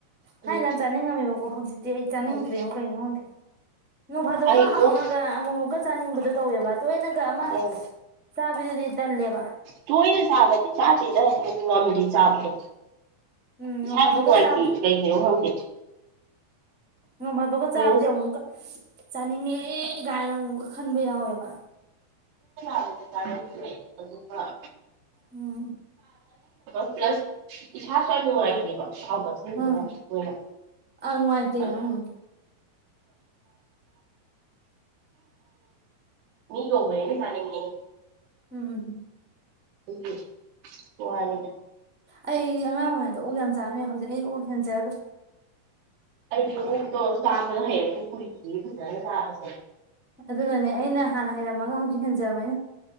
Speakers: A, on the right; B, in the centre.
A: ꯎꯝ
B: ꯊꯥꯏꯅꯗꯤ ꯌꯥꯝ ꯆꯥꯅꯤꯡꯉꯝꯃꯦꯕꯀꯣ ꯍꯧꯖꯤꯛꯇꯤ ꯑꯩ ꯆꯥꯅꯤꯡꯗ꯭ꯔꯦꯉꯣ
A: ꯎꯝ
B: ꯀꯩꯒꯤꯅꯣ ꯈꯪꯗꯦ ꯅꯣꯡꯐꯥꯗꯣꯛꯀ
A: ꯑꯩ
B: ꯍꯥꯎꯅꯒ
A: ꯑꯣꯛ
B: ꯑꯃꯨꯛꯃꯨꯛꯀ ꯆꯥꯅꯤꯡꯕꯗꯨꯗꯤ ꯇꯧꯋꯦꯕ ꯇꯣꯏꯅꯒ ꯑꯃ
A: ꯑꯧ
B: ꯆꯥꯕꯤꯗꯨꯗꯤ ꯇꯜꯂꯦꯕ
A: ꯇꯣꯏꯅ ꯆꯥꯕꯗꯤ ꯆꯥꯗꯦꯗ ꯉꯝꯗꯦ ꯆꯥꯕꯗꯣ
B: ꯎꯝ
A: ꯏꯁꯥꯅ
B: ꯅꯣꯡ ꯐꯥꯗꯣꯛꯀ
A: ꯅꯨꯡꯉꯥꯏꯇꯦ
B: ꯆꯥꯕꯗꯤ
A: ꯀꯩꯒꯤꯅꯣ ꯈꯪꯗꯦ
B: <unintelligible>
A: ꯇꯣꯏꯅ
B: ꯆꯥꯅꯤꯡꯉꯦ ꯒꯥꯏꯅ ꯑꯃꯨꯛꯀ ꯈꯟꯕ ꯌꯥꯎꯋꯦꯕ
A: ꯑꯗꯨꯗꯤ ꯇꯔꯒꯦ ꯑꯗꯨꯃ
B: ꯎꯝ
A: <unintelligible> ꯄ꯭ꯂꯁ ꯏꯁꯥꯁꯨ ꯌꯥꯝ ꯅꯨꯡꯉꯥꯏꯕ ꯍꯥꯎꯕꯁꯔ
B: ꯎꯝ
A: ꯀꯣꯏꯅ
B: ꯑꯪ ꯅꯨꯡꯉꯥꯏꯇꯦ
A: ꯑꯗꯨ
B: ꯎꯝ
A: ꯁꯥ ꯅꯤ ꯆꯥꯅꯤꯡꯉꯦ
B: ꯎꯝ
A: <unintelligible>
B: ꯑꯩ ꯑꯉꯥꯡ ꯑꯣꯏꯔꯤꯉꯩꯗ ꯑꯣꯛ ꯌꯥꯝ ꯆꯥꯔꯝꯃꯦ ꯍꯧꯖꯤꯛ ꯑꯩ ꯑꯣꯛ ꯍꯦꯟꯖꯈ꯭ꯔꯦ
A: ꯑꯩꯗꯤ ꯑꯣꯛꯇꯣ ꯆꯥꯕꯗ ꯍꯔꯞꯄꯨ ꯀꯨꯏꯗꯤ ꯐꯖꯅ ꯆꯥꯕꯁꯦ
B: ꯑꯗꯨꯅꯅꯦ ꯑꯩꯅ ꯍꯥꯟꯅ ꯍꯩꯔꯝꯃꯒ ꯍꯧꯖꯤꯛ ꯍꯦꯟꯖꯕꯩꯅ